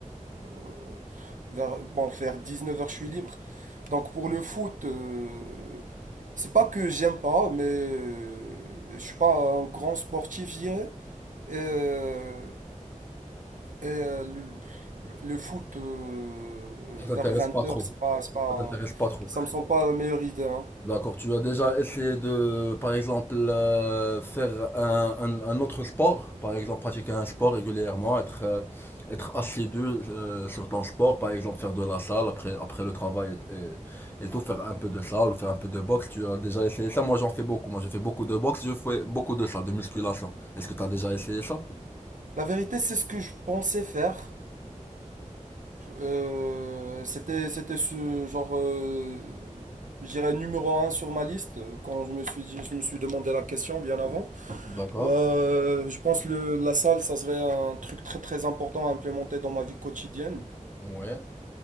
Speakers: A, on the right; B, on the left.
A: euh, vers, bon, vers dix-neuf heures je suis libre. Donc pour le foot, euh, c'est pas que j'aime pas, mais euh, je suis pas un grand sportif, je dirais. Et, euh, et, euh, le, le foot euh,
B: Ça t'intéresse
A: vers vingt
B: pas trop.
A: heures c'est pas, c'est pas,
B: Ça t'intéresse pas trop.
A: ça me semble pas la meilleure idée. hein.
B: D'accord, tu as déjà essayé de, par exemple, euh, faire un, un- un autre sport, par exemple, pratiquer un sport régulièrement, être, euh, être assidu euh, sur ton sport, par exemple, faire de la salle après, après le travail et, et- et tout, faire un peu de salle, ou faire un peu de boxe. Tu as déjà essayé ça? Moi, j'en fais beaucoup. Moi, je fais beaucoup de boxe, je fais beaucoup de salle, de musculation. Est-ce que tu as déjà essayé ça?
A: La vérité, c'est ce que je pensais faire. Euh, c'était, c'était ce genre, euh, je dirais numéro un sur ma liste euh, quand je me suis, dit- je me suis demandé la question bien avant.
B: D'accord.
A: Euh, je pense que la salle, ça serait un truc très très important à implémenter dans ma vie quotidienne.
B: Ouais.